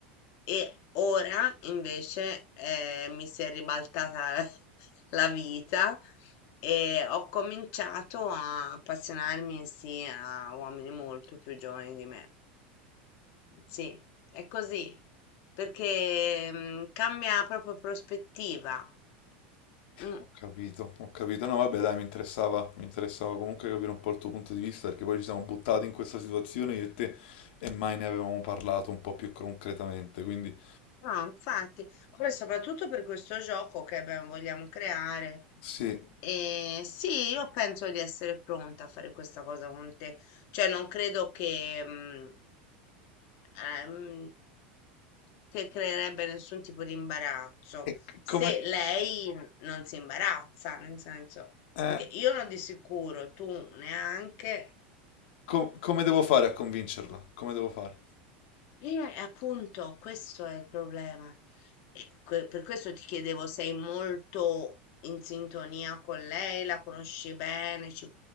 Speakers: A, on the left; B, on the left.
A: E ora invece eh, mi si è ribaltata <laughs> la vita e ho cominciato a appassionarmi sì a uomini molto più giovani di me. Sì, è così, perché mm, cambia proprio prospettiva. Mm.
B: Ho capito, ho capito. No, vabbè, dai, mi interessava, mi interessava comunque capire un po' il tuo punto di vista, perché poi ci siamo buttati in questa situazione io e te e mai ne avevamo parlato un po' più concretamente. Quindi,
A: No, infatti, poi soprattutto per questo gioco che abbiamo- vogliamo creare.
B: sì,
A: E sì, io penso di essere pronta a fare questa cosa con te. Cioè, non credo che, mm, ehm, che creerebbe nessun tipo di imbarazzo
B: e c-
A: se
B: come,
A: lei non si imbarazza, nel senso,
B: eh,
A: perché io non di sicuro, tu neanche.
B: co- come devo fare a convincerla? Come devo fare?
A: Eh, appunto, questo è il problema. E que- per questo ti chiedevo, sei molto in sintonia con lei, la conosci bene, ci,